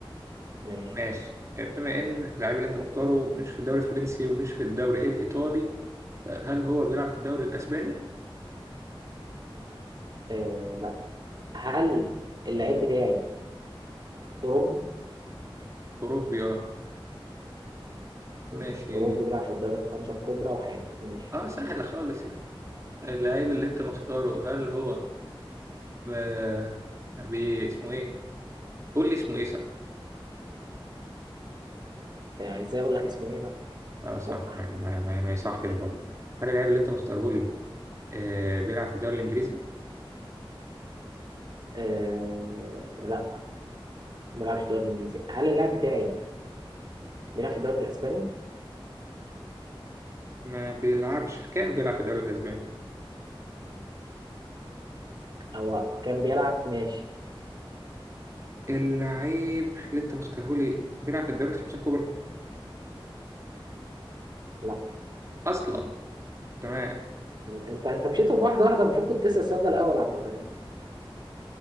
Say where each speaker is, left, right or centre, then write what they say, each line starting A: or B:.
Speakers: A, on the right; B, on the right.
A: ماشي
B: ماشي آه، بما ان اللاعب اللي انت مختاره مش في الدوري الفرنسي ومش في الدوري الايطالي آه، هل هو بيلعب في الدوري الاسباني
A: آه لا هل اللعيب بتاعي أوروبي؟
B: اوروبي اه
A: ماشي.
B: ماشي
A: أوروبي بيلعب في الدوريات الخمسة الكبرى وحالي ماشي
B: اه سهله خالص يعني اللاعب اللي انت مختاره هل هو ما بي... اسمه ايه قول لي اسمه ايه صح
A: يعني ازاي أقول لك اسمه إيه؟ لا
B: اه صح
A: فكر
B: ما, ما... ما... ما يصحش برضه هل اللاعب اللي انت مختاره لي آه بيلعب في الدوري الانجليزي
A: آه لا ما بيلعبش في الدوري الإنجليزي هل اللاعب بتاعي بيلعب في الدوري الإسباني؟
B: ما بيلعبش كان بيلعب في الدوري الاسباني
A: أو كان بيلعب ماشي
B: اللاعب اللي انت مختاره لي بيلعب في الدوريات الخمسه الكبرى
A: لا
B: اصلا تمام
A: أنت أنت مشيتهم واحدة واحدة المفروض كنت تسأل السؤال ده الأول عامة يعني